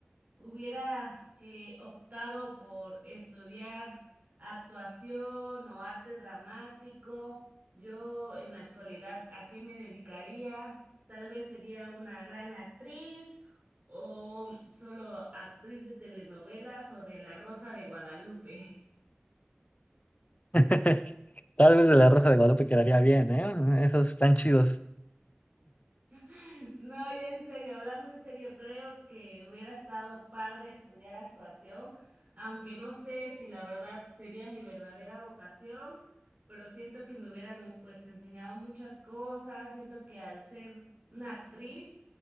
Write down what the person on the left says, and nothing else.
<laughs> Tal vez de la Rosa de Guadalupe quedaría bien, ¿eh? Esos están chidos.